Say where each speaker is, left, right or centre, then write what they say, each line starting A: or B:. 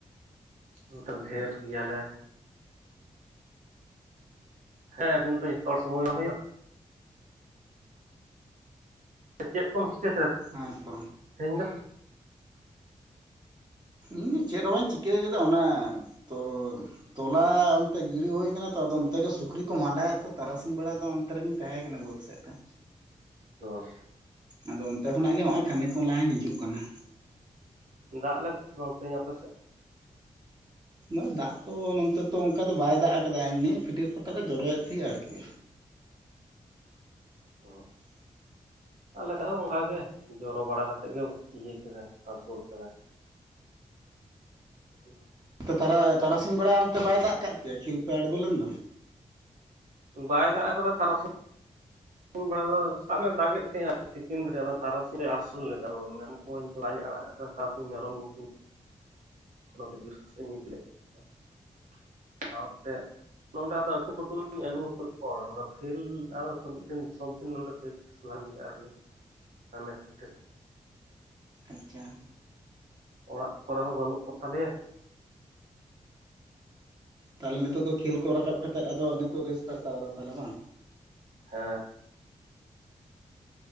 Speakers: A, on the right (about 85°); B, on the right (about 35°).
A: ᱱᱚᱛᱮ ᱫᱚ ᱰᱷᱮᱨ ᱜᱮᱭᱟᱞᱮ᱾ ᱦᱮᱸ ᱟᱹᱵᱤᱱ ᱛᱚ ᱡᱷᱚᱛᱚ ᱦᱚᱲ ᱥᱚᱢᱚᱭ ᱦᱩᱭᱩᱜᱼᱼ ᱪᱮᱫ ᱠᱚᱢ ᱥᱮᱪᱮᱜ ᱠᱟᱫᱟ?
B: ᱦᱮᱸ ᱛᱚ
A: ᱛᱮᱦᱮᱧ ᱫᱚ
B: ᱤᱧ ᱪᱮᱫ ᱦᱚᱸ ᱵᱟᱹᱧ ᱪᱤᱠᱟᱹ ᱠᱮᱫᱟ ᱚᱱᱟ ᱛᱚ ᱛᱚᱞᱟ ᱚᱱᱛᱮ ᱜᱤᱰᱤ ᱦᱩᱭ ᱟᱠᱟᱱᱟ ᱛᱚ ᱛᱚ ᱚᱱᱛᱮ ᱜᱮ ᱥᱩᱠᱨᱤ ᱠᱚ ᱢᱟᱸᱰᱟᱭᱮᱫ ᱛᱚ ᱛᱟᱨᱟᱥᱤᱧ ᱵᱮᱲᱟ ᱫᱚ ᱚᱱᱛᱮ ᱨᱮᱜᱤᱧ ᱛᱟᱦᱮᱸ ᱠᱟᱱᱟ ᱵᱟᱹᱫᱽ ᱥᱮᱜ ᱨᱮ᱾
A: ᱚ
B: ᱟᱫᱚ ᱚᱱᱛᱮ ᱠᱷᱚᱱᱟᱜ ᱜᱮ ᱦᱚᱜᱼᱚᱭ ᱠᱷᱟᱱᱮᱠ ᱠᱷᱚᱱ ᱞᱟᱦᱟᱧ ᱦᱤᱡᱩᱜ ᱠᱟᱱᱟ᱾
A: ᱫᱟᱜ ᱞᱮ <unintelligible> ᱛᱮᱦᱮᱧ ᱟᱯᱮᱥᱮᱫ?
B: ᱢᱟᱱᱮ ᱫᱟᱜ ᱛᱚ ᱱᱚᱱᱛᱮ ᱛᱚ ᱚᱱᱠᱟ ᱫᱚ ᱵᱟᱭ ᱫᱟᱜ ᱟᱠᱟᱫᱟ ᱮᱢᱱᱤ ᱯᱷᱤᱴᱤᱨ ᱯᱟᱴᱟᱨᱮ ᱡᱚᱨᱚᱭᱮᱫ ᱛᱟᱷᱮᱫ-ᱟ ᱟᱨᱠᱤ᱾ <unintelligible>
A: ᱚ ᱟᱞᱮ ᱥᱮᱦᱚᱸ ᱚᱱᱠᱟ ᱜᱮ ᱡᱚᱨᱚ ᱵᱟᱲᱟ ᱠᱟᱛᱮᱫ ᱜᱮ ᱤᱭᱟᱹ ᱠᱮᱫᱟ ᱟᱹᱥᱩᱲ ᱠᱮᱫᱟᱭ᱾ <inaudible>
B: ᱚ ᱛᱟᱨᱟ ᱛᱟᱨᱟᱥᱤᱧ ᱵᱮᱲᱟ ᱚᱱᱛᱮ ᱵᱟᱭ ᱫᱟᱜ ᱠᱟᱜ ᱯᱮᱭᱟ ᱠᱷᱮᱞ ᱯᱮ ᱟᱬᱜᱳ ᱞᱮᱱ ᱫᱚ?
A: ᱵᱟᱭ ᱫᱟᱜ ᱟᱠᱟᱫᱟ ᱛᱟᱨᱟᱥᱤᱧ᱾ ᱫᱤᱧ ᱵᱮᱲᱟ ᱫᱚ ᱥᱟᱵ ᱮ ᱫᱟᱜᱮᱫ ᱛᱟᱦᱮᱸ <inaudible> ᱛᱤᱠᱤᱱ ᱫᱷᱮ ᱟᱫᱚ ᱛᱟᱨᱟᱥᱤᱧ ᱟᱹᱥᱩᱲ ᱞᱮᱫᱟ ᱢᱮᱨᱚᱢ ᱠᱚᱧ ᱫᱚᱦᱲᱟᱧ ᱟᱲᱟᱜ ᱟᱠᱟᱫ ᱠᱚᱣᱟ᱾ ᱛᱟᱨᱟᱥᱤᱧ ᱢᱮᱨᱚᱢ ᱜᱩᱯᱤᱧ ᱚᱱᱛᱮ ᱵᱤᱨ ᱥᱮᱫ ᱤᱧ ᱤᱫᱤ ᱞᱮᱫ ᱠᱚᱣᱟ ᱟᱨ ᱛᱮᱫ ᱱᱚᱰᱮ ᱟᱫᱚ ᱟᱹᱴᱩᱯᱟᱹᱴᱩ ᱧ ᱟᱹᱜᱩ ᱟᱠᱟ ᱠᱚᱣᱟ ᱠᱷᱮᱞ ᱟᱨ ᱢᱤᱫᱴᱮᱱ ᱥᱚᱵᱫᱤᱱ ᱱᱚᱰᱮ ᱯᱮᱠᱴᱤᱥ ᱵᱷᱟᱜᱮ ᱵᱩᱡᱷᱟᱹᱜᱼᱟ ᱟᱨᱠᱤ᱾ ᱦᱟᱱᱮ <unintelligible>
B: ᱟᱪᱪᱷᱟ
A: ᱚᱲᱟᱜ ᱠᱚᱨᱮ ᱦᱚᱸ ᱵᱟᱹᱱᱩᱜ ᱠᱚ ᱛᱟᱞᱮᱭᱟ᱾
B: ᱛᱟᱦᱚᱞᱮ ᱱᱤᱛᱳᱜ ᱫᱚ ᱠᱷᱮᱞ ᱠᱚ ᱨᱟᱠᱟᱵ ᱠᱟᱛᱮᱫ ᱟᱫᱚ ᱱᱤᱛᱚᱜ ᱨᱮᱥ ᱯᱮ ᱦᱟᱛᱟᱣ ᱮᱫᱟ ᱛᱟᱦᱚᱞᱮ ᱵᱟᱝ?
A: ᱦᱮᱸ᱾